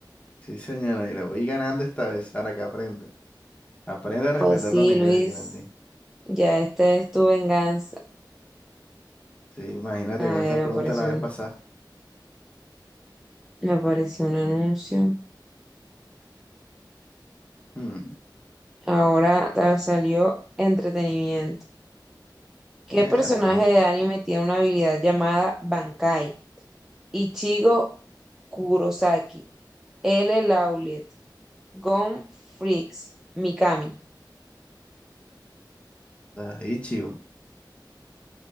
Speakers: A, on the left; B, in the centre.
A: Sí, señora, mira, voy ganando esta vez, ahora que aprenda. Aprende a
B: Pues
A: respetar
B: sí,
A: los niveles,
B: Luis.
A: Geraldine.
B: Ya, esta es tu venganza.
A: Sí, imagínate
B: A
A: con
B: ver,
A: esas
B: apareció
A: preguntas la vez
B: un,
A: pasada.
B: me apareció un anuncio.
A: Hmm,
B: Ahora ta- salió entretenimiento. ¿Qué
A: mierda.
B: personaje de anime tiene una habilidad llamada Bankai? Ichigo Kurosaki, L. Lauliet, Gon Freaks, Mikami.
A: Ahí, chico.